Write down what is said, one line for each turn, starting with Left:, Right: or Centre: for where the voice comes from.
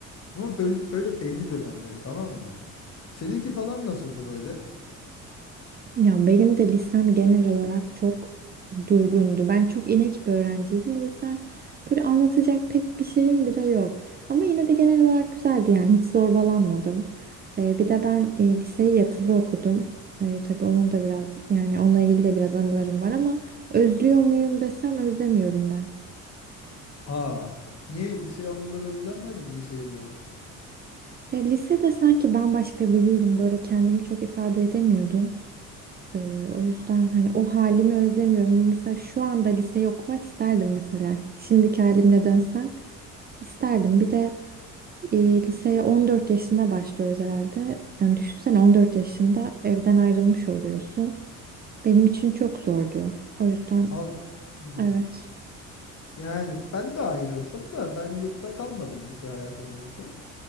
Left: Ama böyle, böyle belli dönemleri tamam mı? Seninki falan nasıldı böyle?
Right: Ya benim de lisem genel olarak çok durgundu. Ben çok inek bir öğrenciydim. O yüzden böyle anlatacak pek bir şeyim bile yok. Ama yine de genel olarak güzeldi yani hiç zorbalanmadım. Ee, bir de ben e, liseyi yatılı okudum. Ee, tabii onun da biraz yani onunla ilgili de biraz anılarım var ama özlüyor muyum desem özlemiyorum ben.
Left: Aa, niye lise anıları özlenmez mi lise yılları?
Right: Ya lisede sanki bambaşka biriydim. Böyle kendimi çok ifade edemiyordum. Ee, o yüzden hani o halimi özlemiyorum. Ama Mesela şu anda liseyi okumak isterdim mesela. Şimdiki halimle dönsem isterdim. Bir de e, liseye 14 yaşında başlıyoruz herhalde. Yani düşünsene 14 yaşında evden ayrılmış oluyorsun. Benim için çok zordu. O yüzden
Left: Al, Hmm.
Right: evet.
Left: Yani ben de ayrıldım da ben yurtta kalmadım lise hayatım boyunca.